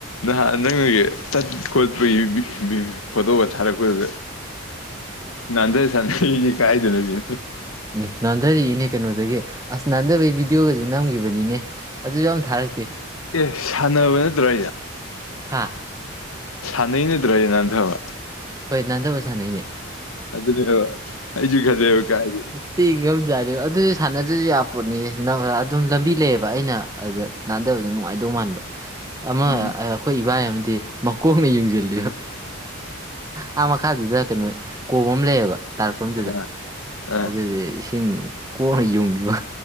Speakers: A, on the left (about 80°); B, on the right (about 15°).
A: ꯅꯍꯥꯟ ꯅꯪꯒꯤ ꯆꯠ ꯈꯣꯠꯄꯒꯤ ꯐꯣꯇꯣꯒ ꯊꯥꯔꯛꯄꯗ ꯅꯥꯟꯊ ꯁꯥꯟꯊꯔꯤꯁꯤ ꯀꯥꯏꯗꯅꯣꯁꯤ
B: ꯎ ꯅꯥꯟꯊꯔꯛꯏꯅꯦ ꯀꯩꯅꯣꯗꯒꯤ ꯑꯁ ꯅꯥꯟꯊꯕꯒꯤ ꯚꯤꯗꯤꯑꯣꯒꯁꯨ ꯅꯝꯈꯤꯕꯅꯤꯅꯦ ꯑꯗꯨ ꯌꯥꯝ ꯊꯥꯔꯛꯇꯦ
A: ꯑꯦ ꯁꯥꯟꯅꯕ ꯅꯠꯇ꯭ꯔꯣ ꯑꯩꯁ
B: ꯍꯥꯥ
A: ꯁꯥꯟꯅꯩꯅꯗ꯭ꯔꯌꯦ ꯅꯥꯟꯊꯕ
B: ꯍꯣꯏ ꯅꯥꯟꯊꯕ ꯁꯥꯟꯅꯩꯅꯦ
A: ꯑꯗꯨꯅꯦꯕ ꯑꯩꯁꯨ ꯈꯜꯂꯦꯕ ꯀꯥꯏꯗꯤ
B: ꯇꯤꯡꯉꯖꯥꯅꯦ ꯑꯗꯨ ꯁꯥꯟꯅꯗ꯭ꯔꯁꯨ ꯌꯥ ꯄꯣꯠꯅꯤ ꯑꯗꯨꯝ ꯂꯝꯕꯤ ꯂꯩꯌꯦꯕ ꯑꯩꯅ ꯑꯗꯨꯗ ꯅꯥꯟꯗꯕꯗ ꯅꯨꯡꯉꯥꯏꯗꯧ ꯃꯥꯟꯕ ꯑꯃ
A: ꯎꯝ
B: ꯑꯩꯈꯣꯏ ꯏꯕꯥꯏ ꯗꯤ ꯃꯀꯣꯛꯅ ꯌꯡꯁꯤꯜꯂꯤꯕ ꯑꯥ ꯃꯈꯥꯗꯨꯗ ꯀꯩꯅꯣ ꯀꯣꯝ ꯑꯃ ꯂꯩꯌꯦꯕ ꯇꯥꯔꯛꯐꯝꯗꯨꯗ
A: ꯑꯥ ꯑꯥ
B: ꯑꯗꯨꯗꯤ ꯏꯁꯤꯡ ꯀꯣꯛꯅ ꯌꯣꯡꯈꯤꯕ